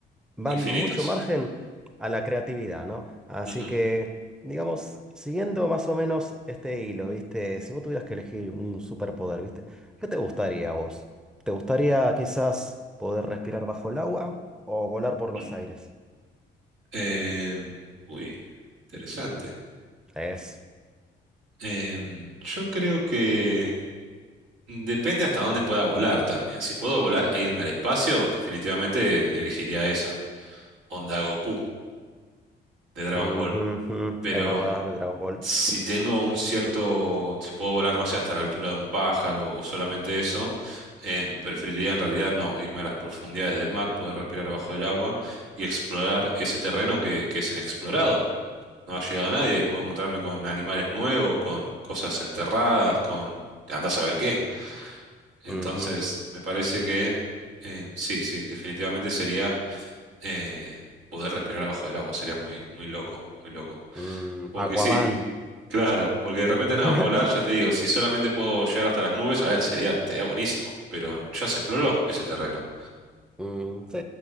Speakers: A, in the centre; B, on the right.
A: van
B: Infinitos.
A: mucho margen a la creatividad, ¿no? Así
B: Ujú,
A: que, digamos, siguiendo más o menos este hilo, ¿viste? Si vos tuvieras que elegir un superpoder, ¿viste? ¿Qué te gustaría a vos? ¿Te gustaría quizás poder respirar bajo el agua o volar por los
B: mm.
A: aires?
B: Em, uy, interesante.
A: Es.
B: Em, yo creo que Depende hasta dónde pueda volar también. Si puedo volar e irme al espacio, definitivamente elegiría esa, Onda Goku de Dragon
A: Ujú,
B: Ball.
A: ujú.
B: Pero
A: Es verdad,
B: mm,
A: de Dragon Ball.
B: si tengo un cierto, si puedo volar, no sé, hasta la altura de un pájaro o solamente eso, em, preferiría en realidad no, irme a las profundidades del mar, poder respirar abajo del agua y explorar ese terreno que, que es inexplorado. No ha llegado nadie y puedo encontrarme con animales nuevos, con cosas enterradas, con... Andás a ver qué. Entonces,
A: Ujú.
B: me parece que eh, sí, sí, definitivamente sería eh, poder respirar abajo del agua, sería muy, muy loco, muy loco.
A: Mm,
B: Porque
A: Aquaman.
B: sí, claro, porque de repente
A: <laughs>
B: nada, volar, ya te digo, si solamente puedo llegar hasta las nubes, a ver, sería, sería buenísimo, pero ya se exploró ese terreno.
A: Mm, sí,